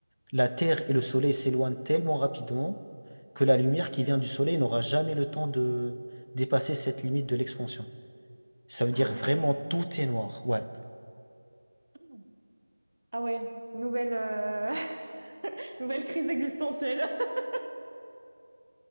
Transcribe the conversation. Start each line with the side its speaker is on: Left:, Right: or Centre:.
Left: la Terre et le Soleil s'éloignent tellement rapidement que la lumière qui vient du Soleil n'aura jamais le temps de dépasser cette limite de l'expansion. Ça veut dire
Right: Ah ouais.
Left: vraiment tout est noir. Ouais.
Right: Mm. Ah ouais, nouvelle, euh, <laughs> nouvelle crise existentielle. <laughs>